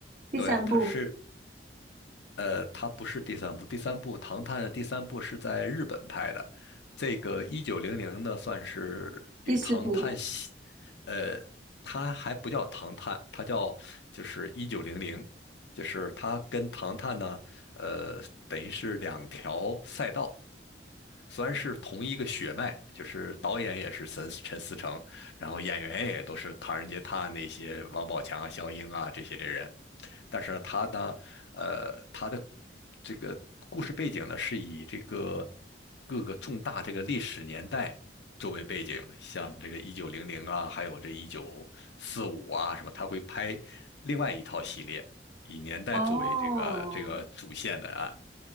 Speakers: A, on the right (about 45°); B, on the left (about 70°).
A: 第三部、
B: 对，他是。呃，它不是第三部，第三部《唐探》的第三部是在日本拍的。这个一九零零呢，算是一个《唐探》系，
A: 第四部，
B: 呃，它还不叫《唐探》，它叫就是一九零零，就是它跟《唐探》呢，呃，等于是两条赛道。虽然是同一个血脉，就是导演也是陈陈思诚，然后演员也都是《唐人街探案》那些王宝强啊、肖英啊这些人，但是呢，他呢，呃，他的这个故事背景呢，是以这个各个重大这个历史年代作为背景，像这个一九零零啊，还有这一九四五啊什么，他会拍另外一套系列，以年代作为这个这个主线的啊，
A: 哦，